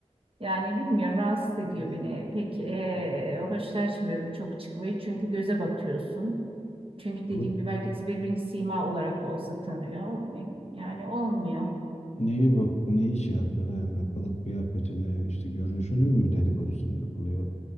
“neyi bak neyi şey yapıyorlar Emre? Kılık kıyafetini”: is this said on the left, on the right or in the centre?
Left